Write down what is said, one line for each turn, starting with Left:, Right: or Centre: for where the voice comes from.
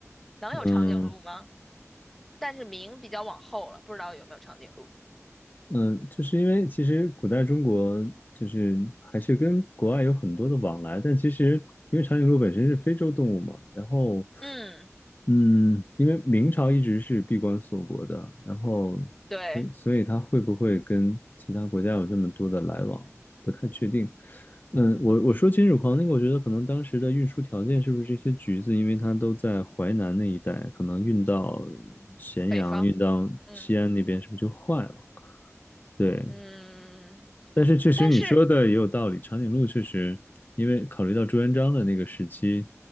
Centre: 能有长颈鹿吗？
Left: 嗯，
Centre: 但是明比较往后了，不知道有没有长颈鹿。
Left: 嗯，就是因为其实古代中国就是还是跟国外有很多的往来，但其实因为长颈鹿本身是非洲动物嘛，然后
Centre: 嗯，
Left: 嗯，因为明朝一直是闭关锁国的，然后所以所以它会不会跟其他国家有这么多的来往，
Centre: 对，
Left: 不太确定。嗯，我我说金属狂那个，我觉得可能当时的运输条件是不是一些橘子，因为它都在淮南那一带，可能运到咸阳、
Centre: 北方，
Left: 运到西安那边，
Centre: 嗯
Left: 是不是就坏了？对。
Centre: 嗯，
Left: 但是确实你说的也有道理，
Centre: 但是
Left: 长颈鹿确实，因为考虑到朱元璋的那个时期，